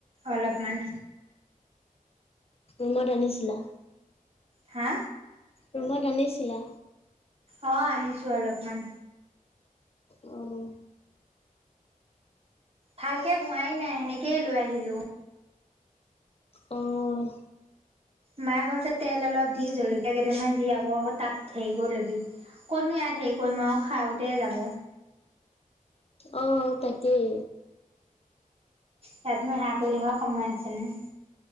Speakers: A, on the right; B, on the left.
A: অলপমান।
B: ৰোমত আনিছিলা।
A: হা,
B: ৰোমত আনিছিলা।
A: অ' আনিছো অলপমান।
B: অ',
A: ভালকে হোৱাই নাই সেনেকেই লৈ আহিলো।
B: অহ,
A: মায়ে কৈছে তেল অলপ দি জলকীয়া কেইটামান দি আকৌ তাত হেৰি কৰি লবি। কতনো ইয়াত হেৰি কৰিম আৰু খাওঁতেই যাব।
B: অ' তাকেই।
A: ইয়াতনো সেৱা কৰি থকাৰ সময় আছেনে।